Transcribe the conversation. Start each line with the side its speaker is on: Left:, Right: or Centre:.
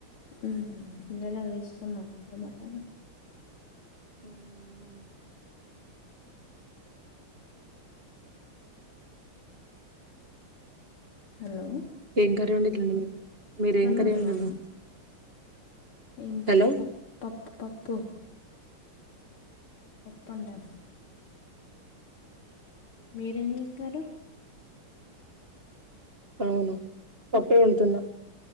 Left: ఉహుమ్ పిల్లలా కు తీసుకున్నారా అ బట్టలు
Right: ఆమ్
Left: హలో
Right: ఏం కర్రి వండిటలండి మీరు మీరేం
Left: హలో
Right: కర్రి
Left: మేమా
Right: వండిడ్రు
Left: ఏం
Right: హలో
Left: కర్రీ పప్ పప్పు పప్పు పప్పు వండా మీరేం చేశారు
Right: అవునా పప్పే వండుతున్నా